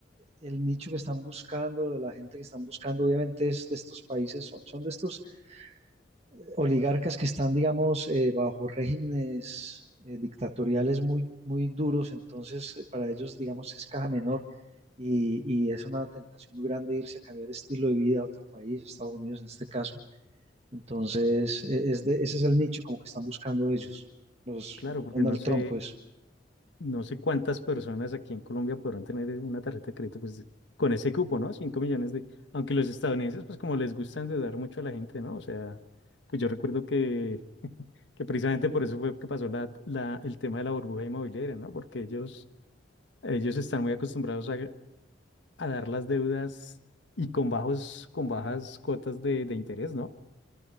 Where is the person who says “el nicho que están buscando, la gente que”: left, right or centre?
Right